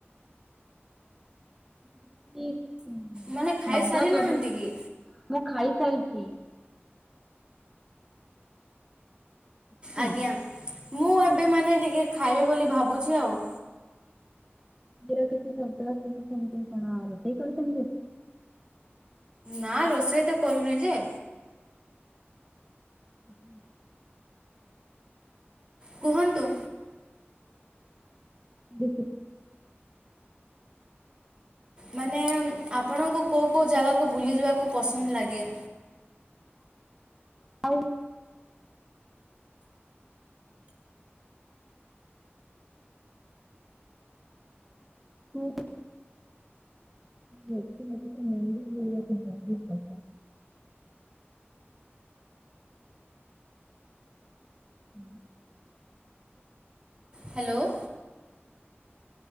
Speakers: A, in the centre; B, on the right.
A: <unintelligible>
B: ମାନେ ଖାଇସାରି
A: ଶବ୍ଦ ସବୁଛି
B: ନାହାନ୍ତି କି
A: ମୁଁ ଖାଇ ଚାଲିଛି। ଆପଣ?
B: ଆଜ୍ଞା ମୁଁ ଏବେ ମାନେ ଟିକେ ଖାଇବି ବୋଲି ଭାବୁଛି ଆଉ।
A: ସେର କିଛି ଶବଦ ଆସଛି କଣ ରୋଷେଇ କରିଛନ୍ତି।
B: ନା ରୋଷେଇ ତ କରୁନି ଯେ
A: ହୁଁ ହୁଁ
B: କୁହନ୍ତୁ।
A: ଦେଖଛି
B: ମାନେ ଆପଣଙ୍କୁ କୋଉ କେଉଁ ଜାଗାକୁ ବୁଲିଯିବାକୁ ପସନ୍ଦ ଲାଗେ
A: ଆଉ ହୁଁ ବେଶୀ ମୋତେ ସେ ମନ୍ଦିର ବୁଲିବାକୁ ବହୁତ ପସନ୍ଦ ହୁଁ
B: ହ୍ୟାଲୋ